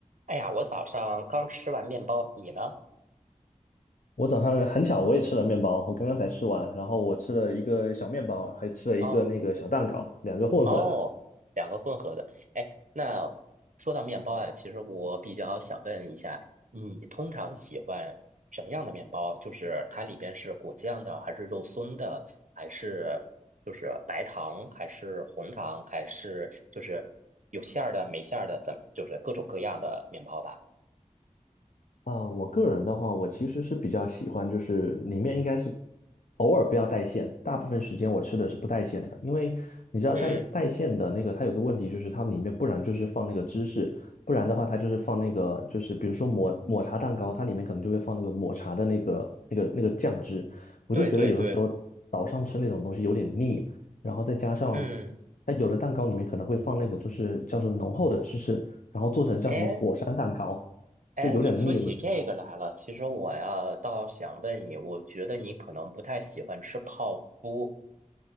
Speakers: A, on the right; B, on the left.
A: 哎呀，我早上刚吃完面包，你呢？
B: 我早上很巧，我也吃了面包，我刚刚才吃完，然后我吃了一个小面包，还吃了一个那个小蛋糕，
A: 哦
B: 两个混合的。
A: 哦，两个混合的。哎，那说到面包啊，其实我比较想问一下，你通常喜欢什么样的面包？就是它里边是果酱的，还是肉松的，还是就是白糖，还是红糖，还是就是有馅儿的、没馅儿的，怎就是各种各样的面包吧？
B: 啊，我个人的话，我其实是比较喜欢，就是里面应该是偶尔不要带馅，大部分时间我吃的是不带馅的，因为你知道带带馅的那个，
A: 嗯，
B: 它有个问题就是它们里面不然就是放那个芝士，不然的话它就是放那个就是比如说抹抹茶蛋糕，它里面可能就会放那个抹茶的那个那个那个酱汁，我就觉得有的时候早上吃那种东西有点腻，
A: 对对对，
B: 然后再加上
A: 嗯，
B: 它有的蛋糕里面可能会放那个就是叫做浓厚的芝士，然后做成叫什么火山蛋糕。
A: 哎，哎，
B: 就有点腻，
A: 你说起这个来了，
B: 我觉得。
A: 其实我呀倒想问你，我觉得你可能不太喜欢吃泡芙